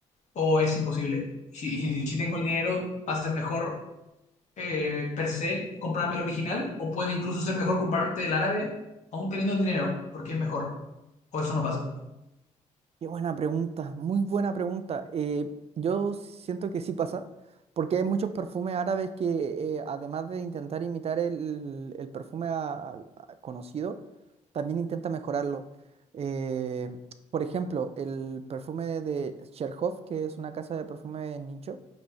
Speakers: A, on the left (about 60°); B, on the right (about 50°).
A: ¿O es imposible? Si, si- si tengo el dinero, ¿va a ser mejor eh, per se comprarme el original o puede incluso ser mejor comprarte el árabe aún teniendo el dinero porque es mejor. O eso no pasa.
B: Qué buena pregunta, muy buena pregunta. Eh, yo siento que sí pasa, porque hay muchos perfumes árabes que eh, además de intentar imitar el, el perfume a- al- a- conocido, también intenta mejorarlo. Eh, por ejemplo, el perfume de Cherhoff, que es una casa de perfume nicho,